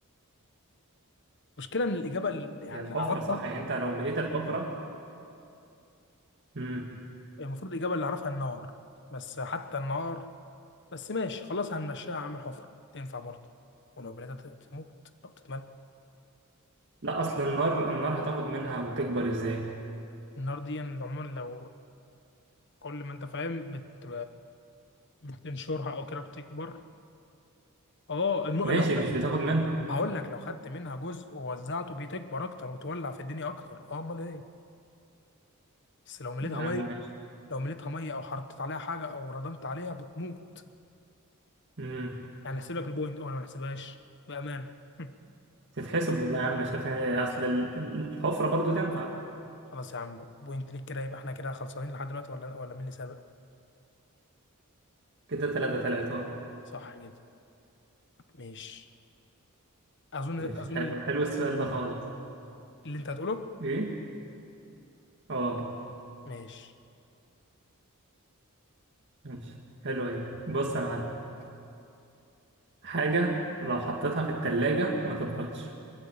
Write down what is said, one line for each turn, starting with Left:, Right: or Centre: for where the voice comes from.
Left: المشكله ان الاجابه اللي- يعني
Right: هي الحفرة
Left: اللي اعرفها
Right: صح يعني انت لو مليت الحفرة امم
Left: هي المفروض الاجابه اللي اعرفها النار بس حتى النار بس ماشي خلاص هنمشيها هعمل حفره تنفع برضه ولو مليتها ت- تموت او تتملى
Right: لا اصل النار النار هتاخد منها وتكبر ازاي
Left: النار دي عموما لو كل ما انت فاهم بت بتنشرها او كده بتكبر اه الم...
Right: ماشي
Left: لو خدت
Right: مش بتاخد منها
Left: هقول لك لو خدت منها جزء ووزعته بتكبر اكتر وتولع في الدنيا اكتر اه امال ايه بس لو مليتها
Right: يا عم
Left: ميه
Right: ماشي
Left: لو مليتها ميه او حطيت عليها حاجه او ردمت عليها بتموت
Right: امم
Left: يعني احسب لك البوينت وانا ما احسبهاش بامان <laughs>
Right: تتحسب والله يا عم شايف إيه، اصل ال- الحفرة برضو تنفع
Left: خلاص يا عم بوينت ليك كده يبقى احنا كده خلصانين لحد دلوقتي ولا ولا مين اللي سابق
Right: كده تلاتة تلاتة اه
Left: صح كده ماشي اظن
Right: ماشي
Left: اظن
Right: حلو حلو السؤال ده خالص
Left: اللي انت هتقوله
Right: ايه اه
Left: ماشي
Right: ماشي حلوة دي بص يا معلم حاجة لو حطيتها في التلاجة ما تبردش